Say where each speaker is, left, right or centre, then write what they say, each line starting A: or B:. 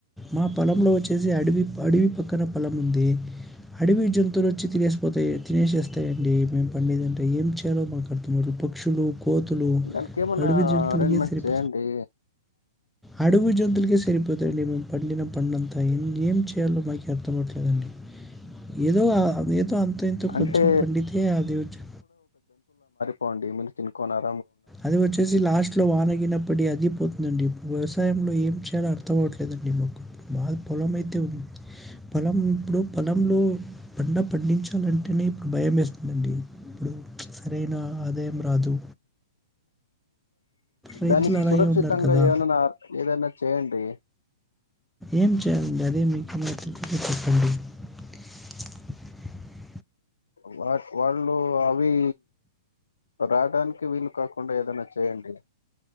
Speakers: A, in the centre; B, on the left.
A: మా పొలంలో వచ్చి వచ్చేసి అడవి అడవి పక్కన పొలం ఉంది అడవి జంతువులు వచ్చి తినేసి పోతే తినేసేస్తాయి అండి మేం పండిదింటే ఏం చేయాలో మాక్ అర్ధమవ్వదు పక్షులు కోతులు,
B: దానికి ఏమన్నా
A: అడవి జంతులకి
B: అరేంజ్మెంట్
A: సరిప
B: చేయండి
A: అడవి జంతువులకే సరిపోతయండి మేం పండిన పంట అంత ఆ ఇంగేం చేయాలో మాకి అర్థమవ్వట్లేదండి. ఏదో అవేదో అంతో ఇంతో కొంచం
B: అంటే
A: పండితే ఆదివచ్చు
B: పోండి మీరు తినుకోనార్
A: అది వచ్చేసి లాస్ట్లో వాన గీన పడి అది పోద్ దండి వ్యవసాయంలో ఏం చేయాలో అర్థం అవ్వట్లేదండి మాకు మాక్ పొలం అయితే ఉంది. పొలం ఇప్పుడు పొలంలో పంట పండించాలంటేనే ఇప్పుడు భయమేస్తుందండి ఇప్పుడు సరైన ఆదాయం రాదు రైతులు
B: దానికి
A: అలాగే
B: సురక్షితంగా
A: ఉన్నారు కదా
B: ఏననార్ ఏదన్న చేయండి.
A: ఏం చేయాలండి అదే మీకు తెలిస్తే చెప్పండి. <inaudible>
B: వాక్ వాళ్లు అవీ రావడానికి వీలు కాకుండా ఏదన్న చేయండి.